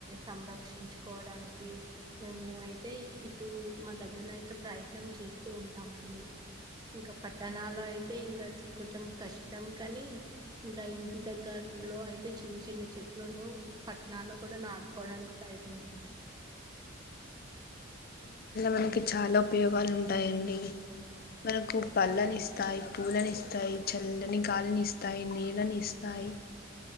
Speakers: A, on the right; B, on the left.
A: సంరక్షించుకోవడానికి మేము అయితే ఇటు మా దగ్గరన అయితే ప్రయత్నం చేస్తూ ఉంటామని ఇంకా పట్టణాలో అయితే ఇంకా కొంచెం కష్టం కాని ఇంకా ఇంటి దగ్గ లో అయితే చిన్న చిన్న చెట్లను పట్టణాల్లో కూడా నాడుకోవడానికి ప్రయత్నిస్తాం
B: అ మనకి చాలా ఉపయోగాలు ఉంటాయండి మనకు పల్లనిస్తాయి పూలనేస్తాయి చల్లని గాలిని ఇస్తాయి నీళ్ళని ఇస్తాయి అయి